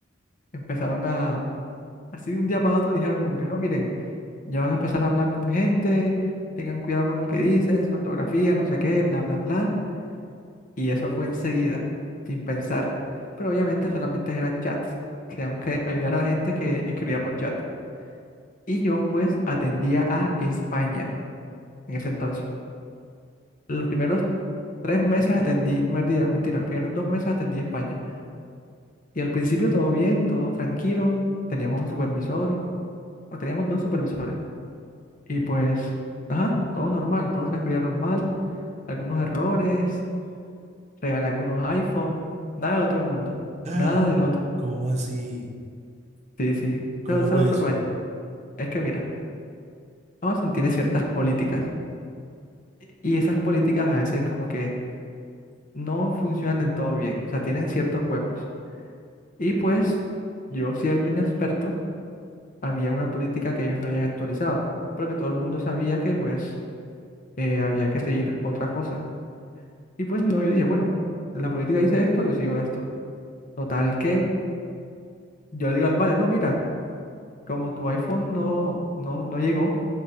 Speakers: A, on the left (about 45°); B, on the right (about 35°).
A: empezaron a, así de un día para otro, dijeron como que no, miren, ya van a empezar a hablar con gente, tengan cuidado con lo que dicen, su ortografía, no sé qué, bla, bla, bla. Y eso fue enseguida, sin pensar. Pero obviamente solamente eran chats. Teníamos que ayudar a la gente que escribía por chat. Y yo pues atendía a España en ese entonces. Los primeros tres meses atendí, mentira, mentira, los primeros dos meses atendí a España. Y al principio todo bien, todo tranquilo. Teníamos un supervisor, o teníamos dos supervisores. Y pues, ajá, todo normal, todo transcurría normal. Algunos errores, regalé algunos iPhone, nada del otro mundo,
B: Ah,
A: nada del otro.
B: ¿Cómo así?
A: Sí, sí.
B: ¿Cómo
A: No, ese
B: fue
A: es otro
B: eso?
A: cuento. Es que mira, Amazon tiene ciertas políticas y esas políticas a veces como que no funcionan del todo bien, o sea, tienen ciertos huecos. Y pues yo siendo inexperto, había una política que ellos no habían actualizado, pero que todo el mundo sabía que pues eh, había que seguir otra cosa. Y pues no, yo dije, bueno, la política dice esto, yo sigo esto. Total que yo le digo al vale, no, mira, como tu iPhone no, no, no llegó,